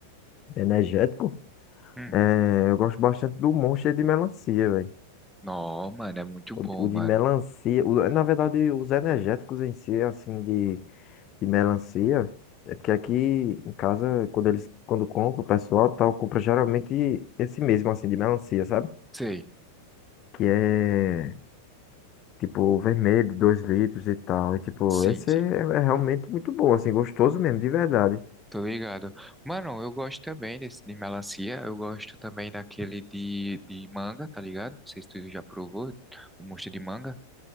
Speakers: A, on the left; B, in the centre.
A: energético,
B: Hum,
A: é, eu gosto bastante do Monster de melancia, velho.
B: não, mano, é muito
A: O,
B: bom,
A: de o de
B: mano.
A: melancia, o- na verdade, os energéticos em si, assim, de, de melancia, é porque aqui em casa, quando eles, quando compra, o pessoal tal, compra geralmente esse mesmo, assim, de melancia, sabe?
B: Sei,
A: Que é, tipo, vermelho, 2 litros e tal. E, tipo,
B: sim,
A: esse
B: sim.
A: é, é realmente muito bom, assim, gostoso mesmo, de verdade.
B: Tô ligado. Mano, eu gosto também desse de melancia. Eu gosto também daquele de, de manga, tá ligado? Não sei se tu já provou o mosto de manga,